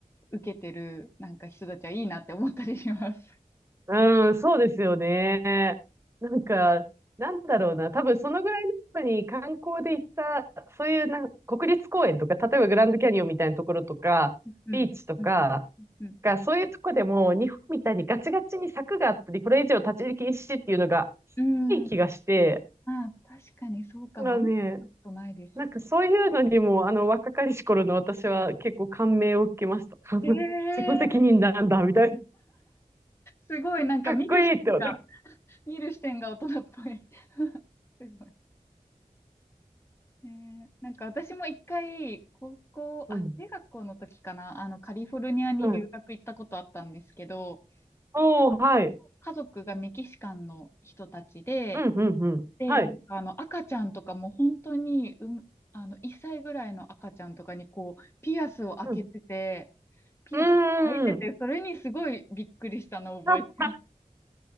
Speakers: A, on the left; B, on the right.
A: 受けてるなんか人たちはいいなって思ったりします。
B: うん、そうですよね。なんか、なんだろうな。多分そのぐらいの時に観光で行った、そういうなん国立公園とか、例えばグランドキャニオンみたいなところとか、
A: うん、
B: ビーチとか
A: うん、うん。
B: が、そういうとこでも日本みたいにガチガチに柵があったり、これ以上立ち入り禁止っていうのが
A: うんあ
B: いい気がして、
A: あ、確かにそうかも。
B: だからね、
A: あんまりことないです。
B: なんかそういうのにも、あの若かりし頃の私は結構感銘を受けました。<laughs>
A: ええ
B: 自己責任なんだ、みたいな。
A: すごい、なんか見る視点が、
B: かっこいいって思って。
A: 見る視点が大人っぽい。<laughs> すごい。ええなんか私も一回、高校、
B: うん。
A: あ、中学校の時かな、あの、カリフォルニアに留学行ったことあったんですけど、
B: はい。おー、はい。
A: 家族がメキシカンの人たちで、
B: うん、うん、うん。
A: で、
B: はい。
A: なんかあの赤ちゃんとかも本当に、うん、あの1歳ぐらいの赤ちゃんとかにこうピアスを開けてて、
B: うん。
A: ピアスが開いてて、
B: うーん。
A: それにすごいびっくりしたのを覚えて
B: あ、あ <laughs>